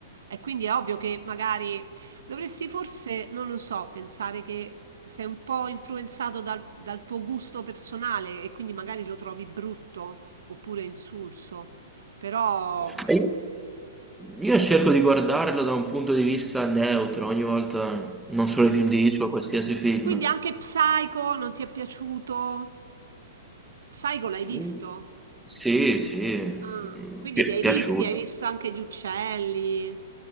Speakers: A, on the right; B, in the centre.
A: E quindi è ovvio che magari Dovresti forse, non lo so, pensare che sei un po' influenzato dal, dal tuo gusto personale e quindi magari lo trovi brutto oppure insulso, però...
B: cioè. Io cerco di guardarlo da un punto di vista neutro ogni volta, non
A: mm.
B: solo i film di Hitchcock, qualsiasi film.
A: Quindi anche Psycho non ti è piaciuto? Psycho l'hai visto?
B: Mm, Sì, sì, mm,
A: Ah, quindi
B: pi-
A: li hai
B: piaciuto.
A: visti, hai visto anche gli uccelli?